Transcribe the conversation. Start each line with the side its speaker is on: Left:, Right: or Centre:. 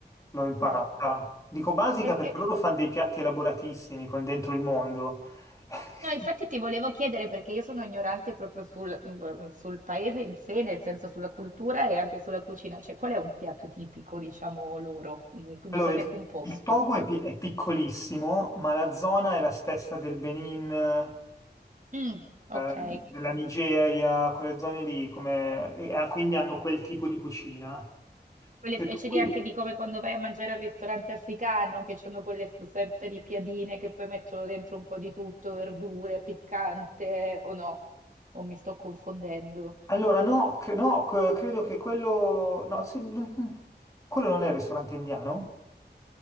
Left: l'ho
Right: ok.
Left: imparata. Dico basica
Right: E,
Left: perché
Right: e-
Left: loro fanno dei piatti elaboratissimi con dentro il mondo. <laughs>
Right: No, infatti ti volevo chiedere perché io sono ignorante proprio sul, mm, sul paese in sé, nel senso sulla cultura e anche sulla cucina. Cioè, qual è un piatto tipico, diciamo, loro? Com- Di
Left: Allora,
Right: cosa
Left: il,
Right: è composto?
Left: il Togo è, pi- è piccolissimo, ma la zona è la stessa del Benin, eh,
Right: Mm, ok.
Left: della Nigeria, quelle zone lì, come, e ah, quindi hanno quel tipo di cucina.
Right: Quelle
Left: Per
Right: specie
Left: cui-
Right: di anche di come quando vai a mangiare al ristorante africano, che hanno quelle s- sorte di piadine che poi mettono dentro un po' di tutto, verdure, piccante, o no? O mi sto confondendo?
Left: allora, no, cre- no, c- credo che quello... No, se- mm, mm, quello non è il ristorante indiano?